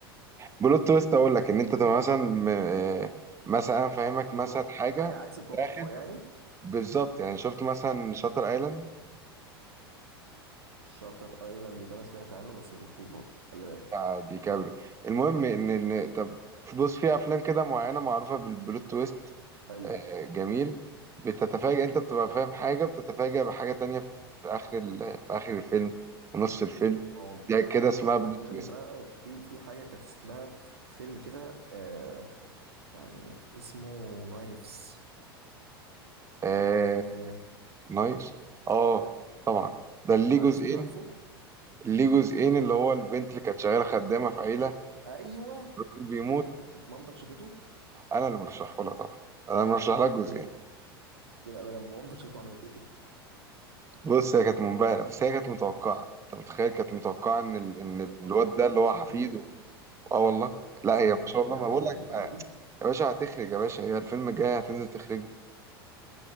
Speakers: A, on the right; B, on the right.
A: بلوت تويست اقول لك ان انت تبقى مثلا م- آه، مثلا انا فاهمك
B: <laughs>
A: مثلا
B: متو...
A: حاجه
B: حاجه عكس التوقع
A: في الاخر
B: يعني
A: بالظبط يعني شفت مثلا شاتر ايلاند
B: شاتر ايلاند ده انا سمعت عنه بس ما شفتوش برضه خلي بالك
A: بتاع ديكابريو المهم ان ان طب بص في افلام كده معينه معروفه بالبلوت تويست
B: حلو
A: آه، جميل بتتفاجئ انت بتبقى فاهم حاجه بتتفاجئ بحاجه تانية في في اخر ال- في اخر الفيلم في نص الفيلم
B: هو
A: ده كده اسمها
B: هقول
A: بلوت
B: لك فيلم بقى في في حاجه كانت اسمها فيلم كده آه يعني اسمه نايفز
A: تويست
B: آه
A: نايس اه طبعا ده اللي ليه
B: عارف
A: جزئين
B: عارفه
A: اللي ليه جزئين اللي هو البنت اللي كانت شغاله خدامه في عيله
B: ايوه
A: الراجل بيموت
B: مامتك شافته
A: انا اللي مرشحه لها طبعا انا مرشح لها جزئين
B: الف... لا لما مامتك شافته عملت ايه
A: بص هي كانت منبهره بس هي كانت متوقعه انت متخيل كانت متوقعه ان ال... ان الواد
B: يا راجل
A: ده اللي هو
B: مستحيل
A: حفيده اه والله لا
B: مستحيل
A: هي ما شاء الله
B: يا
A: ما
B: راجل
A: بقول لك
B: الدرجه
A: بقى
B: دي
A: يا باشا هتخرج يا باشا هي الفيلم الجاي هتنزل تخرجه